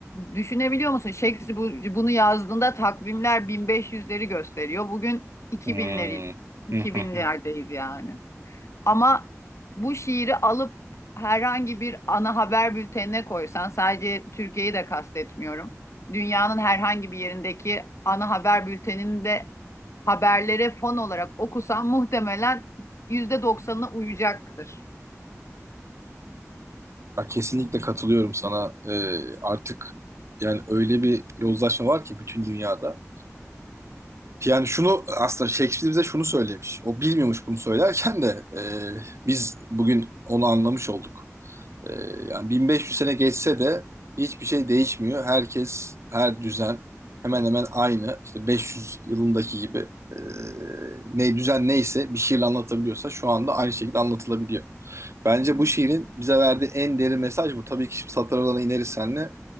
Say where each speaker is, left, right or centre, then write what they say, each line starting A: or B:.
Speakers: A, on the left; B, on the right.
A: Düşünebiliyor musun? Shakespeare bu- bunu yazdığında takvimler 1500'leri gösteriyor. Bugün
B: Hmm.
A: 2000'leri 2000'lerdeyiz
B: <laughs>
A: yani. Ama bu şiiri alıp herhangi bir ana haber bültenine koysan sadece Türkiye'yi de kastetmiyorum. Dünyanın herhangi bir yerindeki ana haber bülteninde haberlere fon olarak okusan muhtemelen %90'ına uyacaktır.
B: Ya kesinlikle katılıyorum sana. Ee, artık yani öyle bir yozlaşma var ki bütün dünyada. Yani şunu aslında Shakespeare bize şunu söylemiş. O bilmiyormuş bunu söylerken de e, biz bugün onu anlamış olduk. E, yani 1500 sene geçse de hiçbir şey değişmiyor. Herkes, her düzen hemen hemen aynı. İşte 500 yılındaki gibi e, ne düzen neyse bir şiirle anlatabiliyorsa şu anda aynı şekilde anlatılabiliyor. Bence bu şiirin bize verdiği en derin mesaj bu. Tabii ki şimdi satır aralarına ineriz seninle.